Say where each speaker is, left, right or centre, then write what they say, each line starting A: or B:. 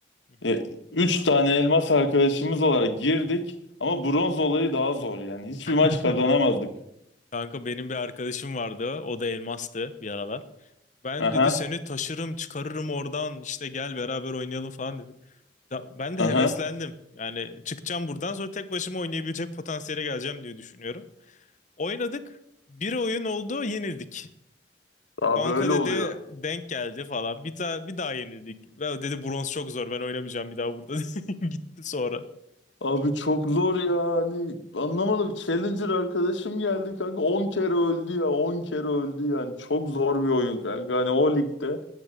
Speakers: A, on the left (about 40°); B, on the left (about 80°).
A: hı hı.
B: E, üç tane elmas arkadaşımız olarak girdik ama bronz olayı daha zor yani. Hiçbir maç
A: <laughs>
B: kazanamazdık.
A: Kanka benim bir arkadaşım vardı. O da elmastı bir aralar. Ben
B: Aha,
A: dedi seni taşırım çıkarırım oradan işte gel beraber oynayalım falan dedi. Da- ben de
B: aha.
A: heveslendim. Yani çıkacağım buradan sonra tek başıma oynayabilecek potansiyele geleceğim diye düşünüyorum. Oynadık. Bir oyun oldu, yenildik.
B: Daha
A: Kanka
B: böyle
A: dedi
B: oluyor.
A: denk geldi falan. Bir daha bir daha yenildik. Ve o dedi bronz çok zor. Ben oynamayacağım bir daha burada. <laughs> Gitti sonra.
B: Abi çok zor ya hani anlamadım. Challenger arkadaşım geldi kanka On kere öldü ya 10 kere öldü yani. Çok zor bir oyun kanka hani o ligde.